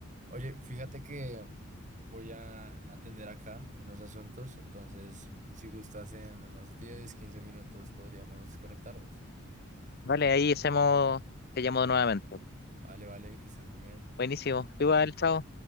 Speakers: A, on the right; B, on the left.
A: Oye, fíjate que voy a atender acá unos asuntos, entonces si gustas en unos 10 15 minutos podríamos conectarnos.
B: vale, ahí hacemos, te llamo nuevamente.
A: Vale, vale, que estés muy bien.
B: Buenísimo. Tú igual, chao.